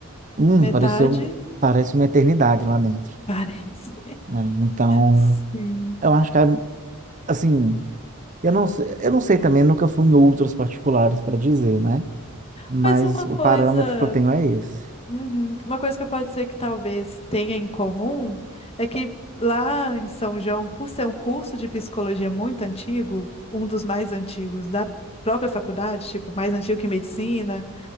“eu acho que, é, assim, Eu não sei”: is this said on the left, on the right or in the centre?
Right